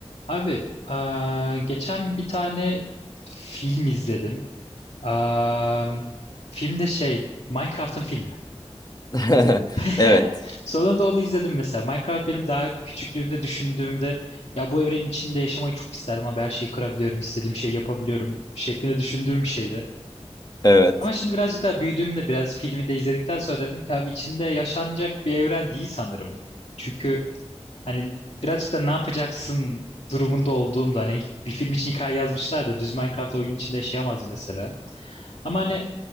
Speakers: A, on the left; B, on the left.
A: Abi, eee, geçen bir tane film izledim. Eee filmde şey, Minecraft'ın filmi.
B: <laughs>
A: <laughs>
B: Evet.
A: Sonunda onu izledim mesela. Minecraft benim daha küçüklüğümde düşündüğümde ya bu evrenin içinde yaşamayı çok isterdim ama her şeyi kırabiliyorum, istediğim şeyi yapabiliyorum şeklinde düşündüğüm bir şeydi.
B: Evet.
A: Ama şimdi birazcık daha büyüdüğümde biraz filmi de izledikten sonra dedim ki abi içinde yaşanacak bir evren değil sanırım. Çünkü Hani birazcık da ne yapacaksın durumunda olduğumda hani bir film için hikaye yazmışlar da düz Minecraft oyunun içinde yaşayamazdım mesela. Ama hani